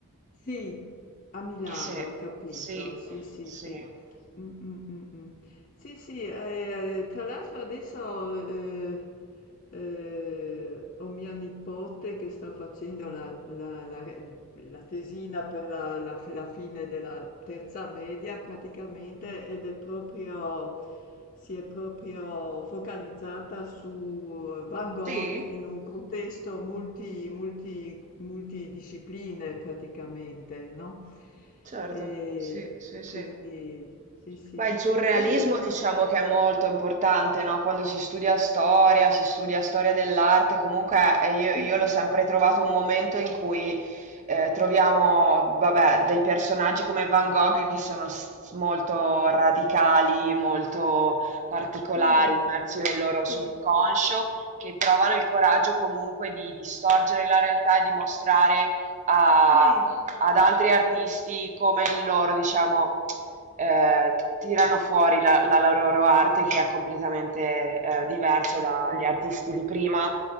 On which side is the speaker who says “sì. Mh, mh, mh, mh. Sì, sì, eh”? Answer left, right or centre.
Left